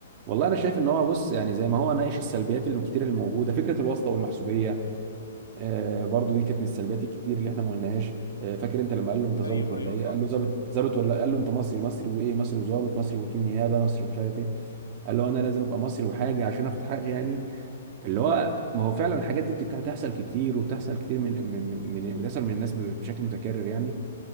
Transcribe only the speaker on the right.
والله انا شايف ان هو بص يعني زي ما هو ناقش السلبيات اللي كتير اللي موجوده فكره الواسطه والمحسوبيه آه، برضو دي كانت من السلبيات الكتير اللي احنا ما قلناهاش آه، فاكر انت لما قال له انت ظابط
ولا
ايه
قال له ظابط ظابط ولا قال له انت مصري مصري وايه مصري وظابط مصري وكيل نيابه مصري ومش عارف ايه قال له انا لازم ابقى مصري وحاجه عشان اخد حقي يعني اللي هو ما هو فعلا الحاجات دي بتك- بتحصل كتير وبتحصل كتير من من من بتحصل من الناس بشكل متكرر يعني